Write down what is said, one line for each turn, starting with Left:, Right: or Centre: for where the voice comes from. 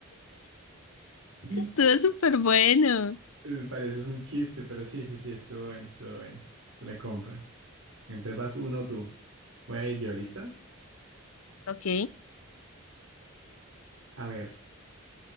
Right: <laughs>
Left: Estuvo súper bueno.
Right: es- pareces un chiste, pero sí, sí, sí, estuvo bueno, estuvo bueno. La compro. Entonces vas uno tú. Voy a ir yo, ¿lista?
Left: Ok,
Right: A ver,